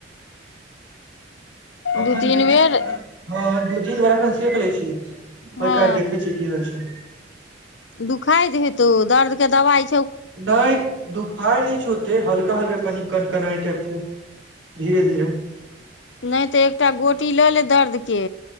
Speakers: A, on the right; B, on the left.
A: अखन
B: दू तीन
A: देखै
B: बेर
A: छी गरम ह दू तीन बार अखन सेक लैय छिसे ओके
B: हँ
A: बाद देखै छी। की होय छैय।
B: दुखाइत हेतौ दर्द के दवाई।
A: दई। दुखाय नैय छो योते हल्का हल्का कनि कन कनाइ टाइप छैय धीरे धीरे।
B: नहि तऽ एकटा गोटी लऽ ले दर्दके